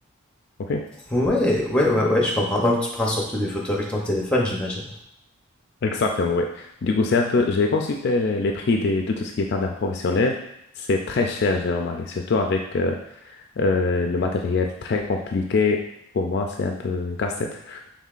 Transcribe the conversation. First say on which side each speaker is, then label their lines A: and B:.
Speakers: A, on the left; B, in the centre.
A: OK?
B: Ouais, ouais, ouais, ouais, je comprends. Donc, tu prends surtout des photos avec ton téléphone, j'imagine.
A: Exactement, oui. Du coup, c'est un peu, j'ai consulté les, les prix des- de tout ce qui est caméra professionnelle. C'est très cher, j'ai remarqué, surtout avec euh, euh, le matériel très compliqué. Pour moi, c'est un peu une casse-tête.